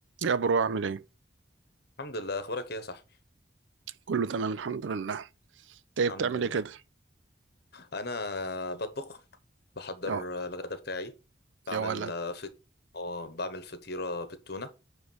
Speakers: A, on the right; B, on the left.
A: يا برو عامل ايه؟
B: الحمد لله اخبارك ايه يا صاحبي
A: كله تمام الحمد لله. انت
B: الحمد
A: بتعمل
B: لله
A: ايه كده؟
B: انا بطبخ بحضر
A: يا
B: الغداء بتاعي بعمل
A: يا ولد
B: فت... آه، بعمل فطيرة بالتونة